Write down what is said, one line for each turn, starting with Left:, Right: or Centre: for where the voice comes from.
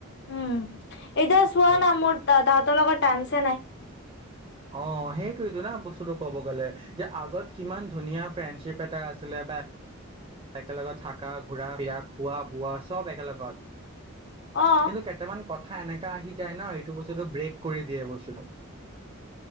Left: উম এতিয়া চোৱা
Right: সেইটোৱে
Left: না মোৰ দাদাহঁতৰ লগত টামচেই নাই
Right: অঁ সেইটোৱেইটো ন বস্তুটো ক'ব গ'লে যে আগত কিমান ধুনীয়া ফ্ৰেণ্ডশ্বিপ এটা আছিলে বা একেলগত থাকা ঘুৰা ফুৰা খোৱা বোৱা চব একেলগত
Left: অ
Right: কিন্তু কেইটামান কথা কথা এনেকা আহি যায় ন এইটো বস্তুটো ব্ৰেক কৰি দিয়ে এই বস্তুটো